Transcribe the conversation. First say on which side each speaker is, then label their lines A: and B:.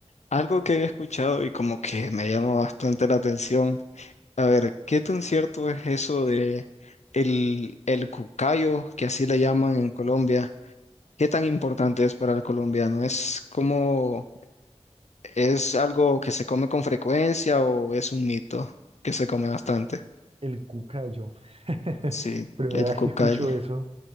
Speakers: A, on the left; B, on the right.
A: algo que he escuchado y como que me llama bastante la atención A ver, ¿qué tan cierto es eso de el, el cucayo, que así le llaman en Colombia? ¿Qué tan importante es para el colombiano? ¿Es como, es algo que se come con frecuencia o es un mito que se come bastante?
B: El cucayo. <laughs>
A: Sí,
B: Primera
A: el
B: vez
A: cucayo.
B: que escucho eso.